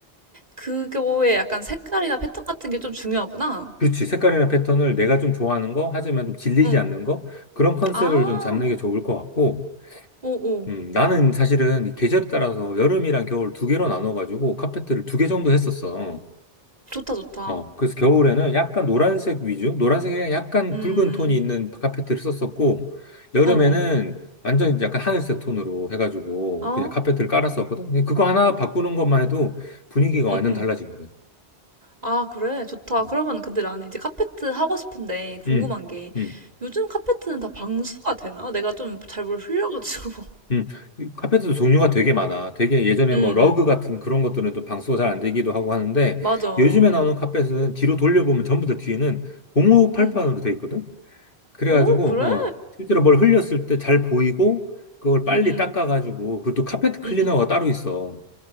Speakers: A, on the right; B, on the left.
A: 그거에 약간 색깔이나 패턴 같은 게 좀 중요하구나.
B: 그렇지. 색깔이나 패턴을 내가 좀 좋아하는 거, 하지만 좀 질리지
A: 응.
B: 않는 거, 그런 컨셉을
A: 아,
B: 좀 잡는 게 좋을 것 같고,
A: 오, 오.
B: 음, 나는 사실은 이 계절에 따라서 여름이랑 겨울 두 개로 나눠가지고 카페트를 두 개 정도 했었어.
A: 좋다, 좋다.
B: 어, 그래서 겨울에는 약간 노란색 위주, 노란색에 약간
A: 음,
B: 붉은 톤이 있는 카페트를 썼었고, 여름에는
A: 어어.
B: 완전 이제 약간 하늘색 톤으로 해가지고
A: 아,
B: 그냥 카페트를 깔았었거든. 근데 그거 하나 바꾸는 것만 해도 분위기가
A: 응응.
B: 완전 달라지거든.
A: 아, 그래. 좋다.
B: 음,
A: 그러면 근데 나는 이제 카페트 하고 싶은데 궁금한
B: 음,
A: 게
B: 음.
A: 요즘 카페트는 다 방수가 되나? 내가 좀 잘 뭘 흘려가지고. <laughs>
B: 음. 이 카페트도 종류가 되게 많아. 되게 예전에
A: 응응.
B: 뭐 러그 같은 그런 것들은 좀 방수가 잘 안 되기도 하고 하는데,
A: 맞아.
B: 요즘에
A: 응.
B: 나오는 카펫은 뒤로 돌려보면 전부 다 뒤에는 고무 팔판으로
A: 응.
B: 돼 있거든. 그래가지고,
A: 오, 그래.
B: 어, 실제로 뭘 흘렸을 때 잘 보이고, 그걸 빨리
A: 응응.
B: 닦아가지고, 그것도 카페트 클리너가
A: 응응.
B: 따로 있어.